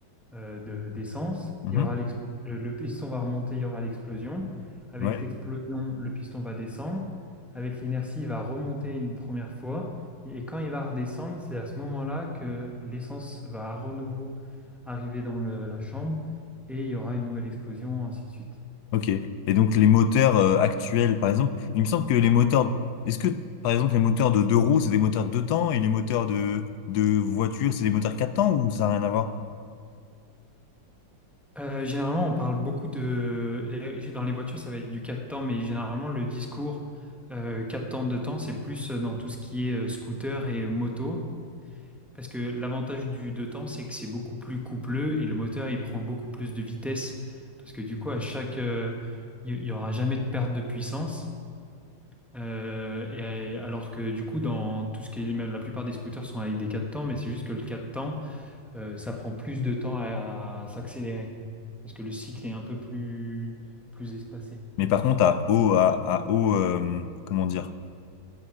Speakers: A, in the centre; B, on the left.
A: euh, de- d'essence,
B: Mhm.
A: il y aura l'exp- le, le piston va remonter, il y aura l'explosion. Avec
B: Ouais.
A: l'explosion, le piston va descendre. Avec l'inertie, il va remonter une première fois. Et et quand il va redescendre, c'est à ce moment-là que l'essence va à renouveau arriver dans le- la chambre et il y aura une nouvelle explosion, ainsi de suite.
B: Ok. Et donc les moteurs euh, actuels, par exemple, il me semble que les moteurs, est-ce que par exemple les moteurs de deux roues, c'est des moteurs deux temps et les moteurs de, de voiture, c'est des moteurs quatre temps ou ça n'a rien à voir?
A: Euh, généralement, on parle beaucoup de... les- Dans les voitures, ça va être du 4 temps, mais généralement, le discours euh, 4 temps, 2 temps, c'est plus dans tout ce qui est euh, scooter et moto. Parce que l'avantage du deux temps, c'est que c'est beaucoup plus coupleux et le moteur, il prend beaucoup plus de vitesse. Parce que du coup, à chaque, euh, il n'y aura jamais de perte de puissance. Euh, et, alors que du coup, dans tout ce qui est, la plupart des scooters sont avec des 4 temps, mais c'est juste que le 4 temps, euh, ça prend plus de temps à, à s'accélérer. Parce que le cycle est un peu plus, plus espacé.
B: Mais par contre, à haut, à, à haut, euh, comment dire,